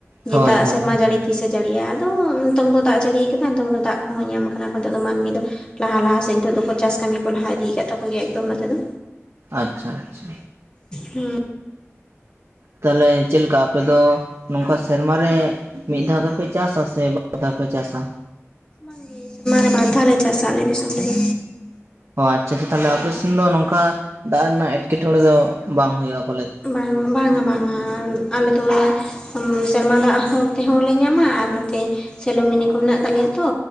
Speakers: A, on the left; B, on the right.
A: ᱡᱮ
B: ᱦᱳᱭ
A: ᱫᱟᱜ
B: ᱦᱳᱭ
A: ᱥᱮᱨᱢᱟ ᱡᱟᱹᱲᱤ ᱛᱤᱥᱮ ᱡᱟᱹᱲᱤᱭᱟ ᱟᱫᱚ ᱱᱤᱛᱚᱝ ᱫᱚ ᱫᱟᱜ ᱡᱟᱹᱲᱤ ᱠᱟᱫᱟ ᱱᱤᱛᱚᱝ ᱫᱚ ᱫᱟᱜ ᱠᱚᱦᱚᱸ ᱧᱟᱢ ᱠᱟᱱᱟ ᱱᱤᱛᱚᱜ ᱫᱚ ᱢᱟᱹᱱᱢᱤ ᱫᱚ ᱞᱟᱦᱟ ᱞᱟᱦᱟ ᱥᱮᱫ ᱱᱤᱛᱚᱜ ᱫᱚᱠᱚ ᱪᱟᱥ ᱠᱟᱹᱢᱤ ᱠᱚ ᱞᱟᱦᱟ ᱤᱫᱤᱭ ᱟᱠᱟᱫ ᱛᱟᱠᱚ ᱜᱮᱭᱟ ᱮᱠᱫᱚᱢ ᱱᱚᱛᱮ ᱫᱚ᱾
B: ᱟᱪᱪᱷᱟ ᱟᱪᱪᱷᱟ
A: ᱦᱩᱸ
B: ᱛᱟᱦᱚᱞᱮ ᱪᱮᱫ ᱞᱮᱠᱟ ᱟᱯᱮ ᱫᱚ ᱱᱚᱝᱠᱟ ᱥᱮᱨᱢᱟ ᱨᱮ ᱢᱤᱫ ᱫᱷᱟᱣ ᱜᱮᱯᱮ ᱪᱟᱥᱟ ᱥᱮ ᱵᱟᱨ ᱫᱷᱟᱣ ᱯᱮ ᱪᱟᱥᱟ
A: ᱵᱟᱝ ᱜᱮ ᱥᱮᱨᱢᱟ ᱨᱮ ᱵᱟᱨᱫᱷᱟᱣ ᱞᱮ ᱪᱟᱥ-ᱟ ᱟᱞᱮ ᱫᱤᱥᱚᱢ ᱨᱮᱫᱚ
B: ᱚ ᱟᱪᱪᱷᱟ ᱛᱟᱦᱚᱞᱮ ᱟᱯᱮᱥᱮᱱ ᱫᱚ ᱱᱚᱝᱠᱟ ᱫᱟᱜ ᱨᱮᱱᱟᱜ ᱮᱴᱠᱮᱴᱚᱬᱮ ᱫᱚ ᱵᱟᱝ ᱦᱩᱭᱩᱜᱼᱟ ᱯᱟᱞᱮᱫ
A: ᱵᱟᱝ ᱵᱟᱝ-ᱟ ᱵᱟᱝ-ᱟ ᱟᱞᱮ ᱫᱚ ᱚᱱᱮ ᱤᱭᱟ. ᱥᱮᱨᱢᱟ ᱫᱟᱜ ᱦᱚᱸ ᱛᱮᱦᱚᱸ ᱞᱮ ᱧᱟᱢᱟ ᱟᱨ ᱱᱚᱛᱮ ᱥᱮᱞᱳᱢᱤᱱᱤ ᱠᱚ ᱠᱚ ᱢᱮᱱᱟᱜ ᱛᱟᱞᱮᱭᱟ ᱛᱚ